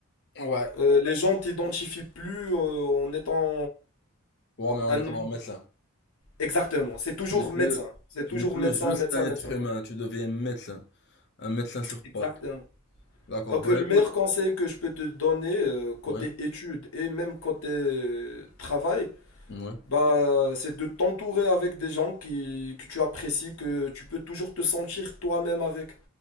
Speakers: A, on the left; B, on the left.
A: Ouais. Ouais.
B: Euh, les gens t'identifient plus euh, en étant
A: Ouais, mais on
B: un
A: est
B: nom.
A: en médecin.
B: Exactement, c'est toujours
A: Tu n'es plus,
B: médecin. C'est
A: tu
B: toujours
A: n'es plus
B: médecin,
A: juste
B: médecin,
A: un être
B: médecin.
A: humain, tu deviens médecin, un médecin sur pattes.
B: Exactement.
A: D'accord,
B: Donc
A: bah
B: euh, le
A: écoute,
B: meilleur conseil que je peux te donner, euh, côté
A: ouais,
B: études et même côté euh, travail,
A: ouais,
B: bah, c'est de t'entourer avec des gens qui, que tu apprécies, que tu peux toujours te sentir toi-même avec.